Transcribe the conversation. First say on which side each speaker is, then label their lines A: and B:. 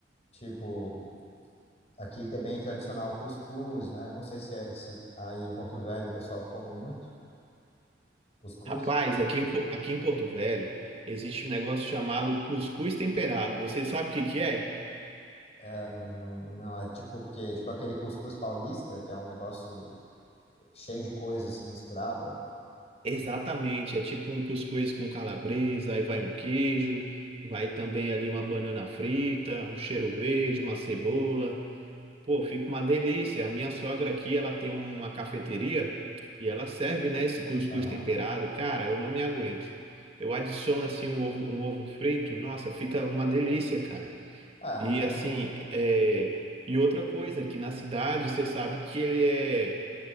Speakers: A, on the left; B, on the right.
A: Tipo, aqui é bem tradicional o cuscuz, né? Eu não sei se, é, se aí em Porto Velho o pessoal come muito cuscuz.
B: Rapaz, aqui em, Po- aqui em Porto Velho existe um negócio chamado cuscuz temperado. Você sabe o que que é?
A: É, Hum, Não, é tipo o quê? Tipo aquele cuscuz paulista, que é um negócio cheio de coisa, assim, misturada.
B: Exatamente, é tipo um cuscuz com calabresa, aí vai um queijo, vai também ali uma banana frita, um cheiro verde, uma cebola. Pô, fica uma delícia. A minha sogra aqui, ela tem uma cafeteria e ela serve, né, esse cuscuz
A: Aham.
B: temperado. Cara, eu não me aguento. Eu adiciono assim um ovo, um ovo frito, nossa, fica uma delícia, cara.
A: Ah, É,
B: E
A: muito
B: assim,
A: bom.
B: é... e outra coisa, que na cidade você sabe que ele é.